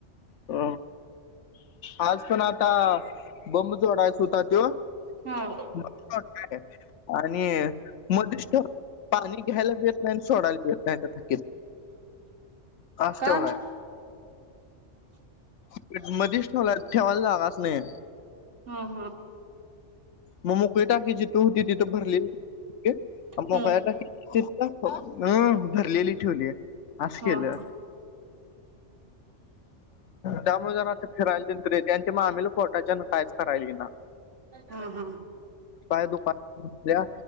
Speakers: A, on the left; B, on the right.
A: अ आज पण आता बंब जोडायच हुता त्यो
B: हा
A: <unintelligible> काय आणि मदिच ठेव पाणी घ्यायला बी येत नाय आणि सोडायला बी येत नाय त्या थकीत कास
B: का
A: ठेवलाय ते मदीच ठेवलाय ठेवायला जागच नई.
B: हा हा
A: मग मोकळी टाकी जिथ हुती तिथ भरले ली
B: हम्म
A: आन मोकल्या टाकीत <unintelligible> अ भरलेली ठिवली. आस
B: हा
A: केलं.
B: हा
A: त्यामुळे जरा आता फिरायलन तरी ते आणि ते मामीला पोटाच्यान कायच करायला इना.
B: हा हा
A: पाय दुका <unintelligible> त्या